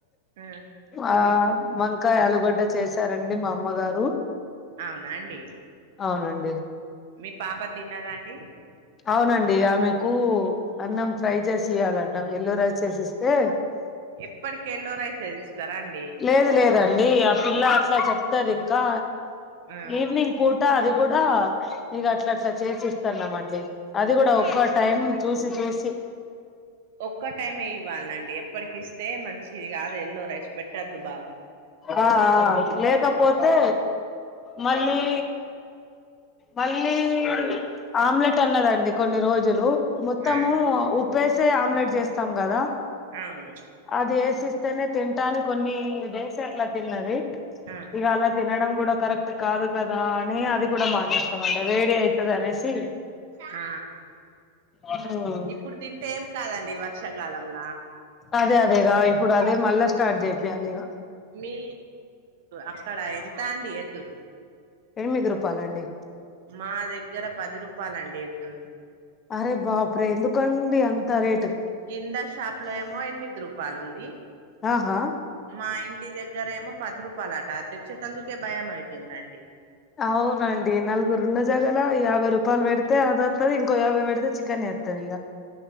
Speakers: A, on the right; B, on the left.
A: ఆ!
B: ఆ వంకాయ ఆలుగడ్డ చేసారండి మా అమ్మగారు
A: అవునా అండి
B: అవునండి
A: మీ పాప తిన్నదా అండి
B: అవునండి ఆమెకు అన్నం ఫ్రై జేసి ఇయ్యాలండమే ఎల్లో రైస్ చేసిస్తే
A: ఎప్పటికి ఎల్లో రైసే ఇస్తరా అండి
B: లేదు లేదండి ఆ పిల్ల అట్ల చెప్తదింకా
A: ఆ
B: ఈవినింగ్ పూట అది గూడా ఇగ అట్లా అట్లా చేసి ఇస్తన్నాం అండి అది కూడ ఒక్క
A: ఆ
B: టైం చూసి చూసి
A: ఒక్క టైమే ఇవ్వాలండి ఎప్పటికిస్తే మంచిది గాదు ఎల్లో రైస్ పెట్టొద్దు బాగా
B: ఆ ఆ లేకపోతే మళ్ళీ మళ్ళీ ఆమ్లెట్ అన్నదండి కొన్ని రోజులు మొత్తము
A: ఆ
B: ఉప్పేసే ఆమ్లెట్ చేస్తాం గదా
A: అవును
B: అది ఏసిస్తేనే తింటాని కొన్ని డేస్ అట్ల తిన్నది
A: ఆ
B: ఇగ అలా తినడం కూడా కరెక్ట్ కాదు కదా అని అది గూడ మానేస్తమండి వేడి అయి తదనేసి
A: ఆ
B: ఉమ్
A: ఇప్పుడు తింటే ఏం కాదండి వర్షాకాలంల
B: అదే అదేగా ఇప్పుడు అదే మళ్ళా స్టార్ట్ జేపియాలిగా
A: మీ అక్కడ ఎంత అండి ఎగ్
B: ఎనిమిది రూపాలండి
A: మా దగ్గర పది రూపాలండి ఎగ్
B: అరె బాపురే ఎందుకండి అంత రేట్
A: కింద షాపులో ఏమో ఎనిమిది రూపాలుంది
B: ఆహా
A: మా ఇంటి దగ్గర ఏమో పది రూపాలట, తెచ్చేటందుకే భయం అయితుందండి
B: అవునండి నలుగురున్న జాగల యాభై రూపాలు పెడితే అదత్తది ఇంకో యాభై బెడితే చికెనేత్ త్తదిగా